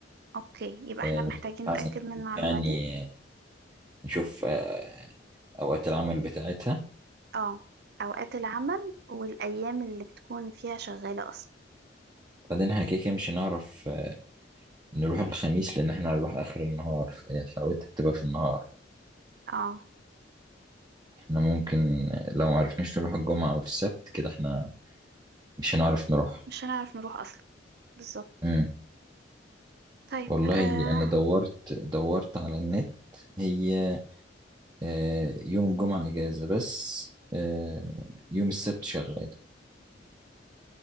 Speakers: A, on the right (about 60°); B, on the right (about 20°).
A: اوكي يبقى احنا
B: آه، نشوف
A: محتاجين
B: يعني
A: نتأكد من
B: نشوف
A: المعلومة
B: يعني
A: دي
B: نشوف آه، اوقات العمل بتاعتها
A: اه اوقات العمل والايام اللي بتكون فيها شغالة اصلا
B: بعدين احنا كده كده مش هنعرف آه، نروح الخميس لان احنا هنروح اخر النهار فهي حلاوتها بتبقى في النهار
A: اه
B: احنا ممكن لو معرفناش نروح الجمعة أو السبت كده احنا مش هنعرف نروح
A: مش هنعرف نروح اصلا بالظبط
B: امم
A: طيب
B: والله
A: آه.
B: أنا دورت دورت على النت هي آه، يوم الجمعة إجازة بس آه، يوم السبت شغال